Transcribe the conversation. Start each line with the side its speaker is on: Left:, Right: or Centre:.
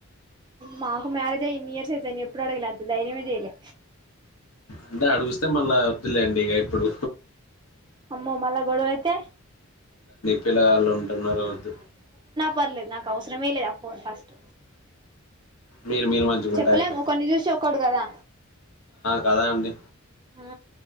Right: మాకు మ్యారేజ్ అయ్యి ఇన్ ఇయర్స్ అయితేాని ఎప్పుడు అడగలే అంత ధైర్యమే చెయ్యలే
Left: అంటే అడుగుస్తే మళ్ళా వద్దులేండి ఇక ఇప్పుడు
Right: అమ్మో మల గడు అయితే
Left: పిల్లవాళ్ళు ఉంటున్నారు అద్
Right: పర్లేదు నాకు అవసరమే లేదు ఆ ఫోన్ ఫస్ట్
Left: మీరు మీరు మంచిగు
Right: చెప్పలేం
Left: ఉంట అయిపో
Right: ఒకరిని చూసి ఒకడు కదా
Left: కదా అండి
Right: ఆ